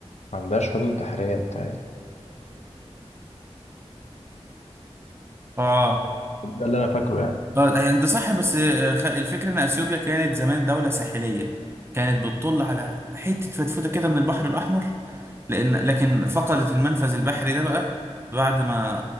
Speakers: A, on the left; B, on the right.
A: ما عندهاش حدود بحرية متهيألي
B: اه
A: ده اللي انا فاكره يعني
B: طيب هي انت صح بس آه، خ- الفكره ان اثيوبيا كانت زمان دوله ساحليه كانت بتطل على حته فتفوته كده من البحر الاحمر لان لكن فقدت المنفذ البحري ده بقى بعد ما